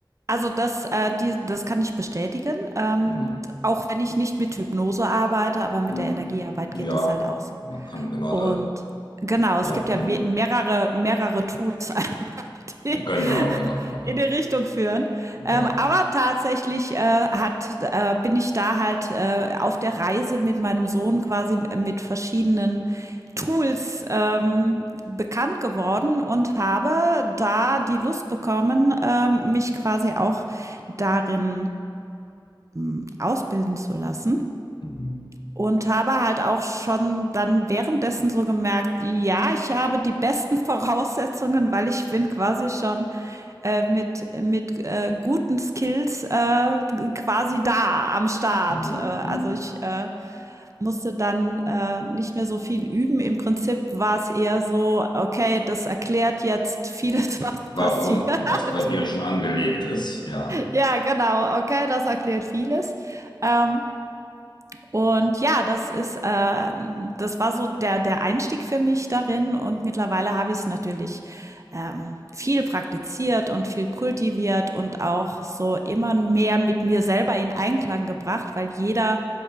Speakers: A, on the right; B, on the left.
A: Also das, äh, die, das kann ich bestätigen. Ähm,
B: Hm.
A: auch wenn ich nicht mit Hypnose arbeite, aber mit
B: Hm.
A: der Energiearbeit
B: Ja,
A: geht das halt auch so.
B: man kann genau
A: Und
B: da,
A: genau,
B: ja,
A: es gibt ja
B: hm.
A: we- mehrere, mehrere Tools, <laughs> die,
B: Genau, genau, genau, genau.
A: in die Richtung führen. Ähm,
B: Genau.
A: aber tatsächlich äh, hat, äh, bin ich da halt äh, auf der Reise mit meinem Sohn quasi äh, mit verschiedenen Tools ähm, bekannt geworden und habe da die Lust bekommen, ähm, mich quasi auch darin mh, ausbilden zu lassen.
B: Mhm.
A: Und habe halt auch schon dann währenddessen so gemerkt, ja, ich habe die besten Voraussetzungen, weil ich bin quasi schon äh, mit, mit äh, guten Skills äh, quasi da am Start.
B: Mhm.
A: Äh, also
B: Mhm.
A: ich äh, musste dann äh, nicht mehr so viel üben. Im Prinzip war es eher so, okay, das erklärt jetzt vieles, was
B: Warum,
A: passiert. <laughs>
B: was bei dir schon angelegt ist, ja.
A: ja, genau, okay, das erklärt vieles. Ähm, Und ja, das ist, äh, das war so der, der Einstieg für mich darin. Und mittlerweile habe ich es natürlich ähm, viel praktiziert und viel kultiviert und auch so immer mehr mit mir selber in Einklang gebracht, weil jeder